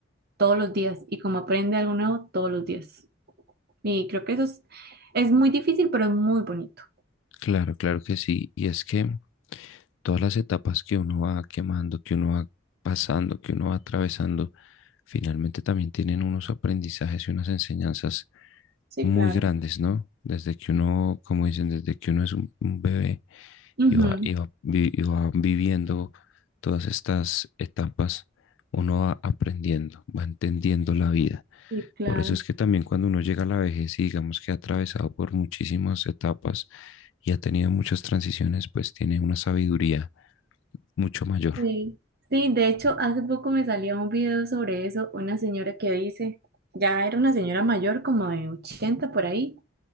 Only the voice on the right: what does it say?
todos los días y cómo aprende algo nuevo todos los días. Y creo que eso es, es muy difícil, pero es muy bonito.
Sí,
claro.
Ujú.
Sí, claro.
Sí. Sí, de hecho, hace poco me salía un video sobre eso, una señora que dice, ya era una señora mayor, como de 80 por ahí,